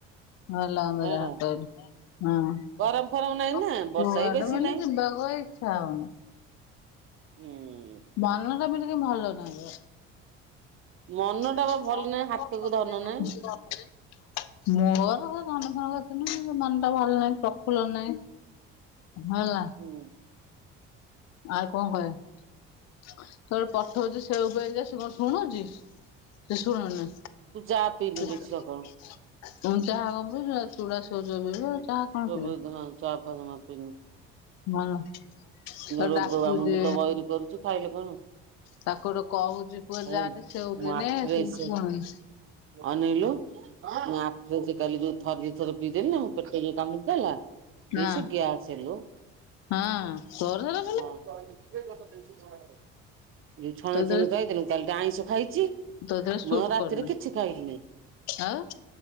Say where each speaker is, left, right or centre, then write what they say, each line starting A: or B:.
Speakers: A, on the left; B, on the right.
A: ଭଲ ଲାଗନ୍ତା
B: ହଁ।
A: ଯାହା କହିଲୁ ହଁ।
B: ଗରମ ଫରମ ନାହିଁ
A: କ
B: ନା ବର୍ଷା
A: କୁଆଡେ
B: ବି ବେଶୀ
A: ବୁଲି
B: ନାହିଁ
A: ଯିବାକୁ ଇଚ୍ଛା ହଉନି।
B: ହୁଁ।
A: ମନ ଟା ବି ଟିକେ ଭଲ ନାହିଁ।
B: ମନ ଟା
A: ମନ
B: ବା ଭଲ ନାହିଁ ହାତକୁ
A: ତ
B: ଧନ ନାହିଁ।
A: <unintelligible> ମୋର ହେ ଧନ ଫନ କଥା ନୁହଁ କିନ୍ତୁ ମନ ଟା ଭଲ ନାହିଁ ପ୍ରଫୁଲ୍ଲ ନାହିଁ। ହେଲା।
B: ହୁଁ।
A: ଆଉ କଣ କଇବେ? ସେତେବେଳୁ ପଠଉଚି ସେଉ ପାଇଁ ଯେ ସେ କଣ ଶୁଣୁଚି ସେ ଶୁଣୁନି।
B: ତୁ ଚା ପିଇନି
A: <unintelligible>
B: ବେଶୀ ସକାଳୁ
A: ଚାହା ହବ ଚୁଡା ସେଉ ଚୋବେଇ ବ ଚାହା କଣ
B: <unintelligible>
A: ପିଇବ ଭଲ। ତାକୁ
B: ରୋଗ ଆମକୁ
A: ଡାକୁଚି
B: ତ ବଇରି କରୁଛୁ ଖାଇଲେ କଣ
A: ତାକୁ ଗୋଟେ କହୁଚି ପୁଅ
B: ହବ।
A: ଯାତି ସେଉ
B: ମୋ
A: କେ
B: ଆଖିରେ
A: ନେଇ ଆସିବୁ
B: ସେ
A: ଶୁଣୁନି।
B: ଅନେଇଲୁ ମୁଁ ଆପ୍ରେଜ୍ କାଲି ଯୋଉ ଥରେ ଦି ଥର ପିଇଦେଲ ନୁ ପେଟ ଯୋଉ କାମୁଡ଼ି ଦେଲା
A: ହଁ
B: ଏସେଇ ଗ୍ୟାସ ଲୋ।
A: ହଁ। ତୋର ହେ
B: ହଁ। ଯୋଉ ଛଣା
A: ତୋ
B: ଛୁଣି
A: ଦେହରେ
B: ଖାଇଦେଲୁ କାଲି ତ ଆଇଁଷ ଖାଇଚି
A: ତୋ ଦେହରେ ସୁଟ୍
B: ମୁଁ ରାତିରେ
A: କରୁନି
B: କିଛି ଖାଇଲି ନେହିଁ।
A: ଆଉ।